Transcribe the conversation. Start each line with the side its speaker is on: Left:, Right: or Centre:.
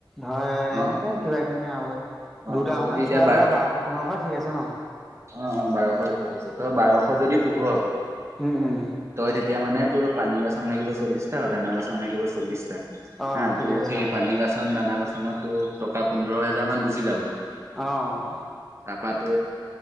Centre: ধৰ
Right: অ
Centre: এনেকে কিবা কিনি আৰু
Right: অ অ
Centre: দুটাৰ
Right: তই
Centre: কাৰানে
Right: যদি এতিয়া
Centre: চোৱা
Right: বাৰ
Centre: ধৰ বাৰশ পোন্ধৰশ ঠিক আছে ন।
Right: অ', অ', বাৰশ ঠিক আছে তই বাৰশ যদি পোহ
Centre: উম, উম,
Right: তই এতিয়া মানে তোৰ পানী বাচন লাগিব চল্লিছটা আৰু দানা বাচন লাগিব চল্লিছটা।
Centre: অ',
Right: হা
Centre: ঠিকে
Right: তোৰ
Centre: আছে
Right: সেই পানী বাচন দানা বাচনত তোৰ টকা পোন্ধৰ হেজাৰ মান গুচি যাব।
Centre: আহ।
Right: <unintelligible>